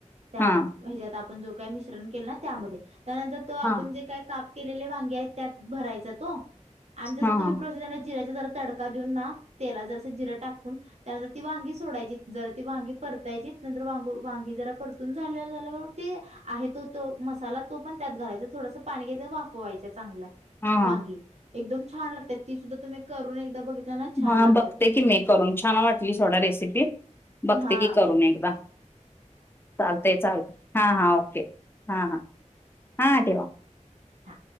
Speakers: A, on the right (about 55°); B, on the left (about 15°).
A: त्या
B: हा
A: हयाच्यात आपण जो का मिश्रण केलं ना त्यामध्ये त्यानंतर तो आपण
B: हा
A: जे काय सा केलेले वांगे आहेत त्यात भरायचा तो. आणि जसं
B: हा
A: तुम्ही
B: हा
A: जिऱ्याची जरा तडका देऊन ना तेला जरास जिरं टाकून त्यानंतर ती वांगी सोडायची जरा ती वांगी परतायची नंतर वां वांगी जरा परतून झाले ते आहे तो तो मसाला तो पण त्यात घालायचा थोडासा पाणी घ्यायचं वाफवायचं चांगलं.
B: हा
A: वांगी. एकदम छान लागतात ती सुद्धा तुम्ही करून एकदा बघितल्या ना छान
B: हा
A: लागतात
B: बघते
A: ती
B: की मी करून छान वाटली थोडा रेसिपी बघते
A: हा
B: की करून एकदा चालते चालते हा हां ओके हा हा हा ठेवा.
A: हा.